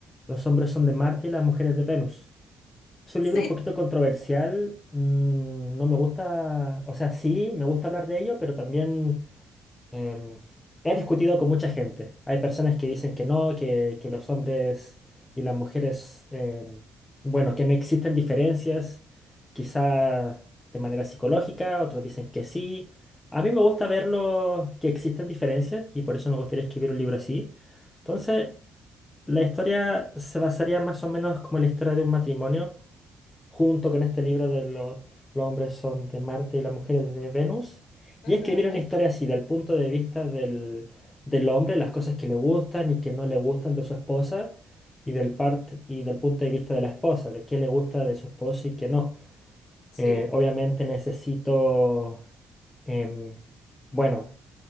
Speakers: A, on the left; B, on the left.
A: Los hombres son de Marte y las mujeres de Venus. Es un
B: Sí,
A: libro un poquito controversial, mm, no me gusta, o sea, sí, me gusta hablar de ello, pero también Em, he discutido con mucha gente. Hay personas que dicen que no, que, que los hombres y las mujeres, em, bueno, que no existen diferencias, quizá de manera psicológica, otros dicen que sí. A mí me gusta verlo que existen diferencias y por eso me gustaría escribir un libro así. Entonces, la historia se basaría más o menos como la historia de un matrimonio junto con este libro de los, los hombres son de Marte y las mujeres de Venus,
B: ujú,
A: y escribir una historia así, del punto de vista del, del hombre, las cosas que le gustan y que no le gustan de su esposa, y del, parte y del punto de vista de la esposa, de qué le gusta de su esposo y qué no.
B: Sí.
A: Eh, obviamente necesito, em, bueno,